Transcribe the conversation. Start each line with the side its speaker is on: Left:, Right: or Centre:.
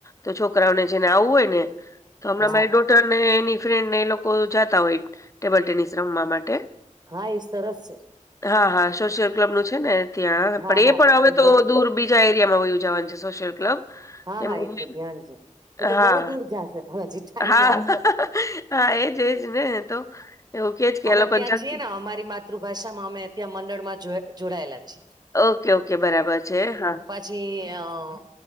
Left: તો છોકરાઓને જેને આવવું હોય ને તો હમણાં
Right: હા
Left: મારી ડોટર ને એની ફ્રેન્ડ ને એ લોકો જાતા હોય ટેબલ ટેનિસ રમવા માટે.
Right: હા ઈ સરસ છે.
Left: હા, હા. સોશિયલ ક્લબ નું છે ને ત્યાં,
Right: હા
Left: પણ
Right: હા
Left: એ પણ
Right: હા
Left: હવે
Right: ઈ
Left: તો
Right: બધ
Left: દૂર બી જા એરિયામાં વયું જાવાનું છ સોશિયલ કલબ.
Right: હા
Left: <unintelligible>
Right: હા એ તો ધ્યાન છે એ તો
Left: હા,
Right: બહુ દૂર જશે પણ હજી ટાઈમ
Left: હા.
Right: લાગશે
Left: હા એજ-એજ ને તો. એવું કે જ કે
Right: અમે
Left: એ લોકો
Right: ત્યાં
Left: જગ
Right: છીએ ને અમારી માતૃભાષામાં અમે ત્યાં મંડળમાં જો જોડાયેલા છીએ.
Left: ઓકે-ઓકે બરાબર છે. હા.
Right: જ અહ